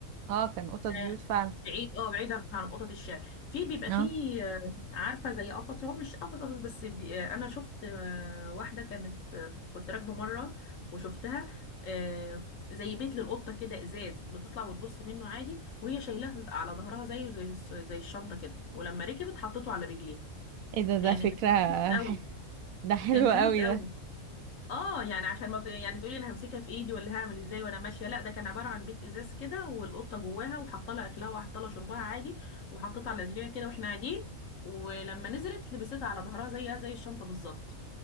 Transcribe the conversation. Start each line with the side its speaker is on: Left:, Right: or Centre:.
Right: اه كان قطط بيوت
Left: آه،
Right: فعلا
Left: بعيد اه بعيدا عن قطط الشارع في بيبقى
Right: اه
Left: فيه آه، عارفه زي قفص هو مش قفص قفص بس بي- آه، انا شفت آه، واحده كانت آه، كنت راكبه مره وشفتها آه، زي بيت للقطه كده ازاز بتطلع وتبص منه عادي وهي شايلاه على ظهرها زيه زي زي الشنطه كده ولما ركبت حطته على رجليها
Right: ايه ده ده
Left: يعني
Right: فكره
Left: كان كيوت قوي
Right: <laughs> ح- ده حلو
Left: كان كيوت
Right: قوي
Left: قوي
Right: ده
Left: اه يعني عشان ما ت... يعني تقولي انا همسكها في ايدي ولا هعمل ازاي وانا ماشيه لا ده كان عباره عن بيت ازاز كده والقطه جواها وحاطه لها اكلها وحاطه لها شربها عادي وحطيتها على رجليها كده واحنا قاعدين ولما نزلت لبستها على ظهرها زيها زي الشنطه بالظبط